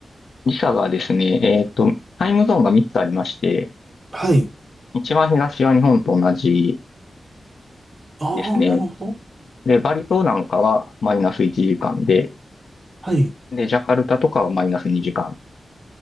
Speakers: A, on the left; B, in the centre.
A: 自社がですね、えっと、タイムゾーンが3つありまして、
B: はい。
A: 一番東は日本と同じ
B: ああ、
A: ですね。
B: なるほど。
A: で、バリ島なんかはマイナス1時間で、
B: はい。
A: で、ジャカルタとかはマイナス2時間っ